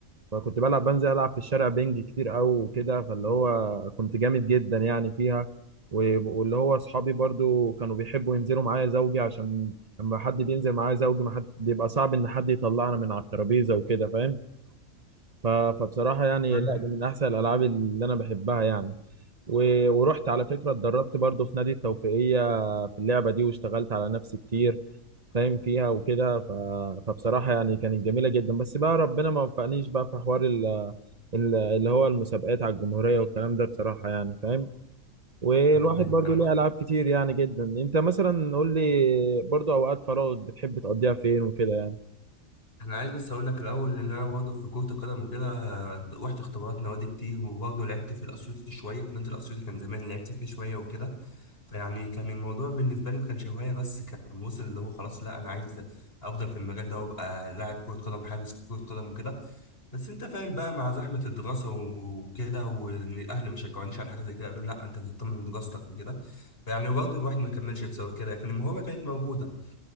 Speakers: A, on the right (about 35°); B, on the left (about 45°).
A: فكنت بلعب بنزل ألعب في الشارع بينج كتير أوي وكده فاللي هو كنت جامد جدا يعني فيها و... واللي هو أصحابي برضو كانوا بيحبوا ينزلوا معايا زوجي عشان لما حد بينزل معايا زوجي ما حد بيبقى صعب إن حد يطلعنا من على الترابيزة وكده فاهم ف... فبصراحة يعني
B: فاهم.
A: لا دي من أحسن الألعاب اللي أنا بحبها يعني و... ورحت على فكرة اتدربت برضو في نادي التوفيقية في اللعبة دي واشتغلت على نفسي كتير فاهم فيها وكده ف... فبصراحة يعني كانت جميلة جدا بس بقى ربنا ما وفقنيش بقى في حوار ال... ال- اللي هو المسابقات على الجمهورية والكلام ده بصراحة يعني فاهم والواحد
B: ايوه فاهم
A: برضو
B: انا
A: ليه ألعاب كتير يعني جدا انت مثلا قول لي برضو أوقات فراغك بتحب تقضيها فين وكده يعني
B: انا عايز بس اقول لك الاول ان انا برضه في كرة القدم وكده آه، رحت اختبارات نوادي كتير وبرضه لعبت في الاسيوطي شوية في نادي الاسيوطي كان زمان لعبت فيه شوية وكده فيعني كان الموضوع بالنسبة لي ما كانش هواية بس كان وصل اللي هو خلاص لا انا عايز افضل في المجال ده وابقى لاعب كرة قدم حارس في كرة قدم وكده بس انت فاهم بقى مع زحمة الدراسة وكده وان الاهل ما شجعونيش على حاجة زي كده قالوا لا انت تهتم بدراستك وكده فيعني برضه الواحد ما كملش بسبب كده لكن الموهبة كانت موجودة